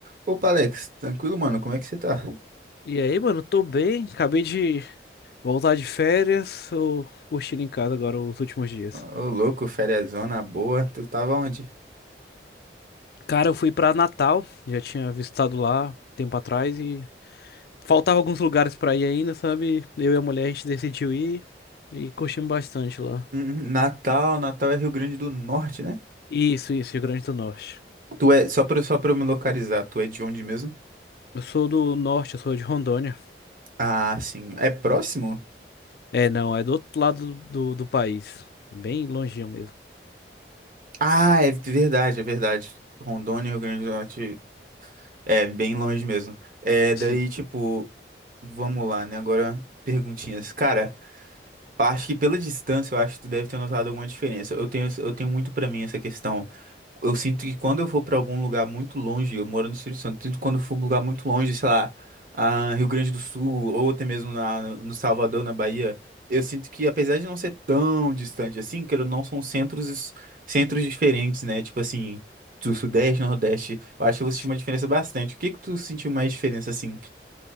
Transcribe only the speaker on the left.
E aí, mano, tô bem. Acabei de voltar de férias. Tô curtindo em casa agora os últimos dias.
Cara, eu fui pra Natal, já tinha visitado lá tempo atrás e faltava alguns lugares pra ir ainda, sabe? Eu e a mulher a gente decidiu ir e curtimos bastante lá.
Isso, isso, Rio Grande do Norte.
Eu sou do norte, eu sou de Rondônia.
É, não, é do outro lado do, do país, bem longinho mesmo.
Sim,
sim.